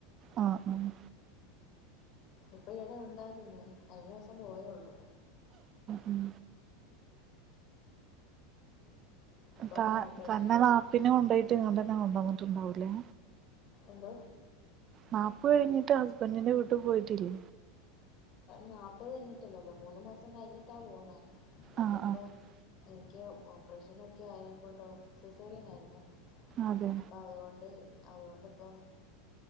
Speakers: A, on the right (about 35°); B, on the left (about 45°).
A: ആ ആ
B: ഇപ്പൊ ഇവിടെ ഉണ്ടായിരുന്നു കഴിഞ്ഞ ദിവസം പോയേള്ളൂ
A: ഉം.
B: ഇപ്പം
A: താ
B: ഓപ്പറേഷന്
A: തന്നെ നാപ്പിനെ കൊണ്ട്പോയിട്ട് ഇങ്ങട്ടന്നെ കൊണ്ട് വന്നിട്ടുണ്ടാവൂല്ലേ
B: എന്തോ
A: നാപ്പ് കഴിഞ്ഞിട്ട് ഹസ്ബൻറിന്റെ വീട്ടിൽ പോയിട്ടില്ലേ
B: നാല്പ്പത് കഴിഞ്ഞിട്ടില്ലല്ലോ മൂന്ന് മാസം കഴിഞ്ഞിട്ടാ പോണെ പിന്നെ
A: ആഹ്
B: ഇപ്പം
A: ആഹ്
B: എനിക്ക് ഓപ്പറേഷനൊക്കെ ആയെക്കൊണ്ട് ഓ സെസറിയനായിരുന്നേ
A: അതെ
B: അപ്പൊ അതുകൊണ്ട് അതുകൊണ്ടിപ്പം